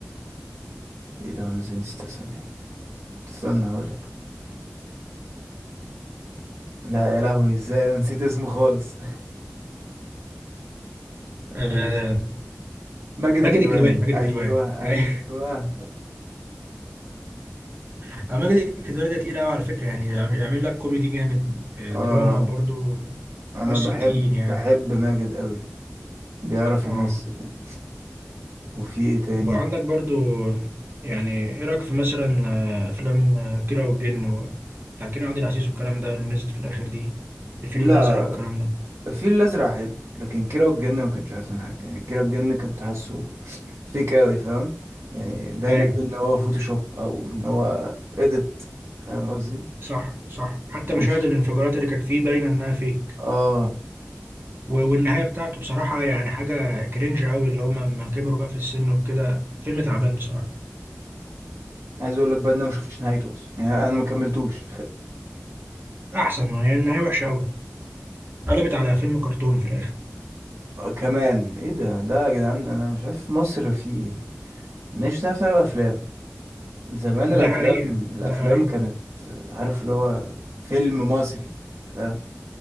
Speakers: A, on the right; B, on the right.
A: ايه ده انا ازاي نسيت اسميه استنى هقولك لا يا لهوي ازاي أنا نسيت اسمه خالص <laughs>
B: آه
A: طب إز- ماجد
B: ماجد
A: الكدواني
B: الكدواني ماجد
A: ايوه
B: الكدواني أيوة.
A: ايوه
B: <laughs> آه، ماجد الكدواني ده تقيل قوي على فكرة يعني يعم- يعمل لك كوميدي جامد آه،
A: اه
B: دراما برضو
A: انا
B: ممثل
A: بحب
B: تقيل يعني
A: بحب ماجد قوي بيعرف
B: اه
A: يمثل يعني وفي ايه تاني
B: وعندك برضو يعني ايه رأيك في مثلا آه، افلام آه، كيرة والجن و- بتاع كريم عبد العزيز والكلام ده اللي نزلت في الاخر دي الفيل
A: لا
B: الازرق والكلام ده
A: الفيل الأزرق حلو لكن كيرة والجن ما كانش أحسن حاجة يعني كيرة والجن كنت حاسه فيك أوي فاهم يعني باين
B: ايوه
A: أوي إن هو فوتوشوب أو إن هو إيديت فاهم قصدي
B: صح صح حتى
A: مش
B: مشاهد الانفجارات اللي كانت فيه باينه انها فيك
A: آه
B: و- والنهايه بتاعته بصراحه يعني حاجه كرنج قوي اللي هم لما كبروا بقى في السن وكده فيلم تعبان بصراحه
A: عايز أقول لك بقى إن أنا ما شفتش نهايته أصلا يعني أنا ما كملتوش
B: احسن يعني النهايه وحشه قوي قلبت على فيلم كرتون في الاخر
A: <laughs> آه، كمان إيه ده لا يا جدعان أنا مش عارف مصر في إيه مش عارف نعمل أفلام زمان
B: دي
A: الأفلام
B: حقيقه
A: الأفلام
B: دي حقيقه
A: كانت آه، عارف اللي هو فيلم مصري فاهم